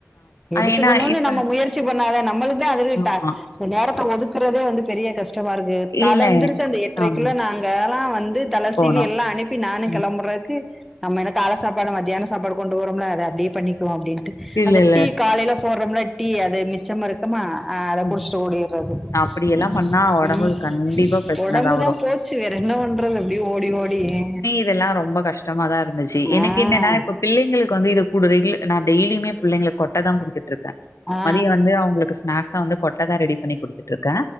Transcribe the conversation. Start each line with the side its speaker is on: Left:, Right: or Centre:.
Centre: எடுத்துக்கணும்னு
Left: ஏன்னா இப்ப
Centre: நம்ம முயற்சி பண்ணாத நம்மளுக்கு அதுதா அட்ட
Left: ஆமா.
Centre: இந்த நேரத்த ஒதுக்குறதே வந்து பெரிய கஷ்டமா இருக் கு கால்ல
Left: இல்ல.
Centre: எந்திரிச்சு அந்த எட்டரை
Left: ஆமா.
Centre: கூள்ள நாங்கல்லா வந்து தலசிவி
Left: போணும்.
Centre: எல்லா அனுப்பி நானு
Left: ம்.
Centre: கிளம்பறே க்கு நம்ம என்ன கால சாப்பாடு மத்தியான சாப்பாடு கொண்டு போரோம்ல அத அப்டியே பண்ணிக்களா அப்டின்ட்டு
Left: இல்ல,
Centre: அந்த
Left: இல்ல.
Centre: டீ காலையில போடுறோம்ல டீ அது மிச்சமா இருக்கமா ஆ அத
Left: ம்.
Centre: குடிச்சிட்டு ஓடிறது
Left: அப்படியெல்லாம்
Centre: ம்
Left: பண்ணா உடம்புக்கு
Centre: ம்
Left: கண்டிப்பா பிரச்சனை
Centre: ஒடம்புதா
Left: தான் வரும்.
Centre: போச்சு வேற என்ன பண்றது அப்டியே ஓடி ஓடி அ
Left: இது எல்லா ரொம்ப கஷ்டமா தா இருந்துச்சு எனக்கு
Centre: ஆ
Left: எனன்னா இப்ப புள்ளைங்களுக்கு வந்து இதகுடுற ரே நா டெய்லியுமே புள்ளைங்க கொட்ட தா குடுத்துட்டு இருக்கே
Centre: ஆ
Left: மதிய வந்து அவுங்களுக்கு ஸ்நாக்ஸ்ஸா வந்து கொட்டை தா ரெடி பண்ணி குடுத்துட்டு இருக்கே